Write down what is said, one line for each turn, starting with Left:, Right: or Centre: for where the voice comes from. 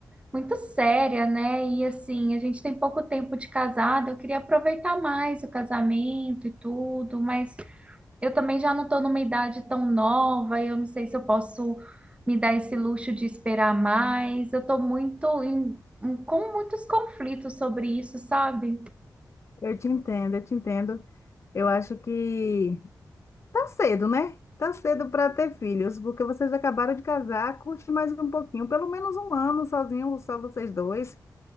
Right: muito séria, né? E assim, a gente tem pouco tempo de casado, eu queria aproveitar mais o casamento e tudo, mas eu também já não estou numa idade tão nova, eu não sei se eu posso me dar esse luxo de esperar mais. Eu estou muito em- em- com muitos conflitos sobre isso, sabe?
Left: Eu te entendo, eu te entendo. Eu acho que tá cedo, né? Tá cedo para ter filhos, porque vocês acabaram de casar, curte mais um pouquinho, pelo menos um ano sozinho, só vocês dois.